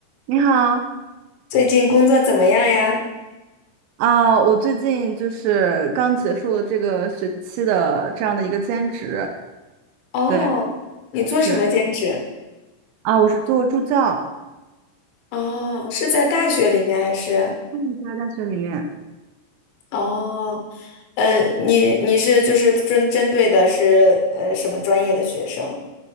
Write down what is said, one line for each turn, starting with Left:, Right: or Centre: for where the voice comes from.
Right: 你好，
Left: 最近工作怎么样呀？
Right: 啊、我最近就是刚结束了这个学期的这样的一个兼职，
Left: 哦，
Right: 对，
Left: 你做什么兼职？
Right: 是啊、我是做助教，
Left: 哦，是在大学里面还是？
Right: 嗯，在大学里面，
Left: 哦，嗯，你你是就是针针对的是呃什么专业的学生？